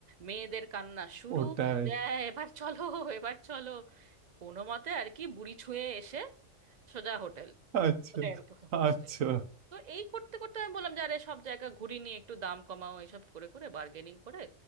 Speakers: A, on the right; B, on the right.
A: মেয়েদের কান্না শুরু
B: ওটাই
A: যে, "এ, এবার চলো এবার চলো কোনো মতে আর কি বুড়ি ছুঁয়ে এসে সোজা হোটেল
B: আচ্ছা
A: মানে হোমস্টে
B: আচ্ছা
A: তো এই করতে করতে আমি বললাম যে আরে সব জায়গা ঘুরি নিয়ে একটু দাম কমাও এইসব করে করে বার্গেনিং করে